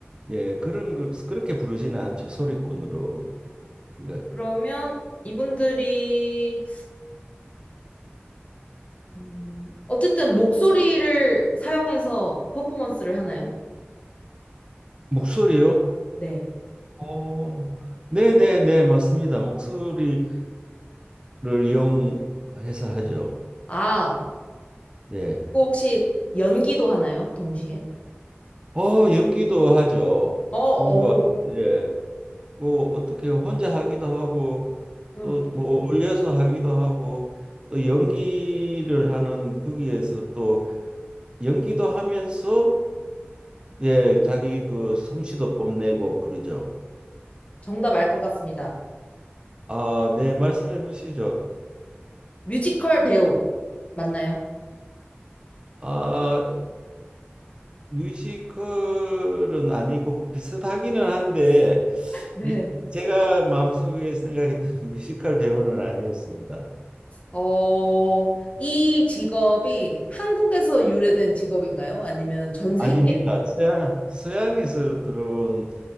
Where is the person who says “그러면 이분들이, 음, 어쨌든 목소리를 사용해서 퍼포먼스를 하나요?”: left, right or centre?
Left